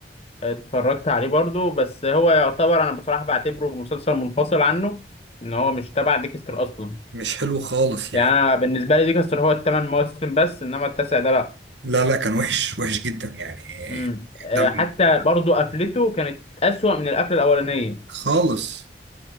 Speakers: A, on the left; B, on the right.
A: اتفرجت عليه برضو بس هو يعتبر انا بصراحه بعتبره مسلسل منفصل عنه ان هو مش تبع ديكستر اصلا
B: مش حلو خالص يعني
A: يعني انا بالنسبه لي ديكستر هو الثمان مواسم بس انما التاسع ده لا
B: لا لا كان وحش وحش جدا يعني
A: مم. آه،
B: دم
A: حتى برضو قفلته كانت اسوأ من القفله الاولانيه
B: خالص